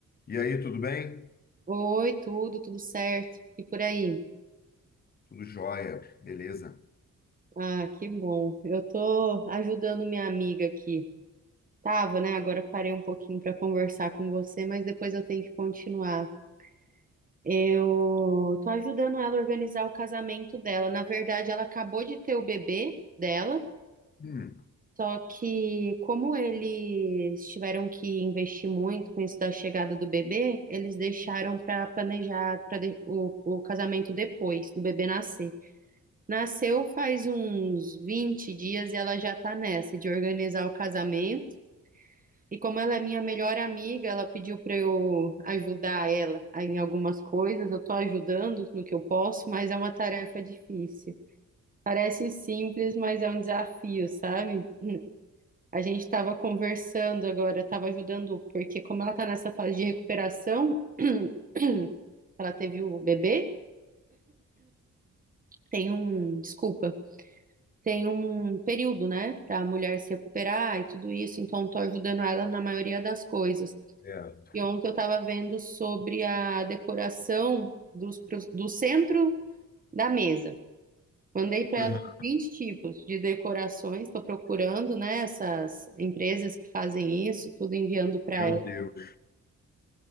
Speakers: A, on the left (about 30°); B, on the right (about 25°).
A: E aí, tudo bem?
B: Oi, tudo, tudo certo. E por aí?
A: Tudo jóia, beleza?
B: Ah, que bom. Eu tô ajudando minha amiga aqui. Tava, né? Agora parei um pouquinho para conversar com você, mas depois eu tenho que continuar. Eu tô ajudando ela a organizar o casamento dela. Na verdade, ela acabou de ter o bebê dela,
A: Hum,
B: só que como eles tiveram que investir muito com isso da chegada do bebê, eles deixaram para planejar para o, o casamento depois do bebê nascer. Nasceu faz uns 20 dias e ela já tá nessa de organizar o casamento. E como ela é minha melhor amiga, ela pediu pra eu ajudar ela em algumas coisas. Eu tô ajudando no que eu posso, mas é uma tarefa difícil. Parece simples, mas é um desafio, sabe? A gente tava conversando agora, eu tava ajudando, porque como ela tá nessa fase de recuperação, <clears throat> ela teve o bebê, tem um, desculpa. tem um período, né, para a mulher se recuperar e tudo isso, então tô ajudando ela na maioria das coisas.
A: é.
B: E ontem eu estava vendo sobre a decoração dos, pros- do centro da mesa. Mandei para
A: Aham,
B: ela uns 20 tipos de decorações, estou procurando, né, essas empresas que fazem isso, tudo enviando para
A: Meu
B: ela.
A: Deus.